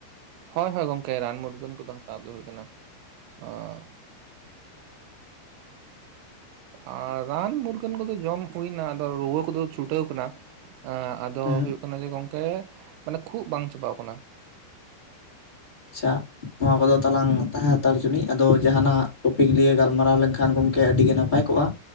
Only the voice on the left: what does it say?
ᱦᱩᱸ
ᱟᱪᱪᱷᱟ ᱱᱚᱣᱟ ᱠᱚᱫᱚ ᱛᱟᱞᱟᱝ ᱛᱟᱦᱮᱸ ᱦᱟᱛᱟᱲ ᱩᱪᱩᱱᱤ ᱟᱫᱚ ᱡᱟᱦᱟᱱᱟᱜ ᱴᱚᱯᱤᱠ ᱞᱤᱭᱮ ᱜᱟᱞᱢᱟᱨᱟᱣ ᱞᱮᱱᱠᱷᱟᱱ ᱜᱚᱢᱠᱮ ᱟᱹᱰᱤ ᱜᱮ ᱱᱟᱯ ᱱᱟᱯᱟᱭ ᱠᱚᱜᱼᱟ